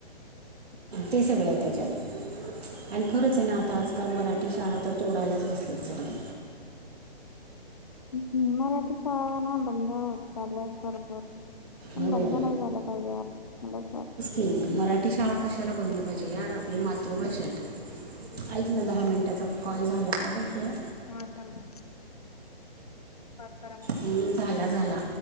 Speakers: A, on the left; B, on the right.
A: ह <unintelligible>
B: ते सगळं आहे त्याच्यात. आणि खरंच आहे ना, आता आजकाल मराठी शाळा तर तोडायलाच बसलेत सगळे.
A: हम्म, मराठी शाळा नाही बंद होत, चाललयं सरकार पण
B: हो
A: दंगा नाही झाला पाहिजे, मला असं वाटत.
B: ती मराठी मराठी शाळा कशाला बंद पाहिजे, यार आपली मातृभाषा आहे ऐक ना दहा मिनटाचा कॉल झाला का, बघं बरं?
A: हा, थांबा परत करा म.
B: अम, झाला झाला.